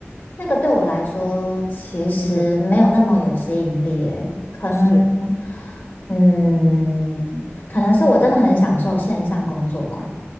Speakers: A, on the left; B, on the left.
A: 那个对我来说其实没有那么有吸引力诶，
B: 嗯哼，
A: 可能，
B: 是，
A: 嗯，可能是我真的很享受线上工作吧。